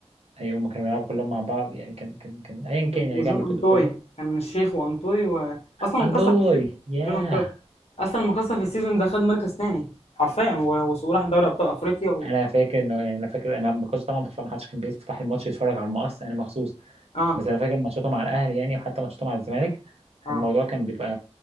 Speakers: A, on the right; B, on the left.
A: ايوه هما كانوا بيلعبوا كلهم مع بعض يعني كان كان كان ايا كان
B: وجون
A: يعني كمل كنت
B: انطوي
A: بتقول ايه
B: كان الشيخ وانطوي و... اصلا
A: انتوي
B: مكسر في السيزون
A: ياه
B: جون انطوي اصلا مكسر في السيزون ده خد مركز تاني حرفيا و- وراح دوري ابطال افريقيا
A: انا فاكر انه يعني انا فاكر انا ما كنتش طبعا بتفرج ما حدش كان بيفتح الماتش يتفرج على المقص انا مخصوص
B: اه
A: بس انا فاكر ماتشاته مع الاهلي يعني وحتى ماتشاته مع الزمالك
B: اه
A: الموضوع كان بيبقى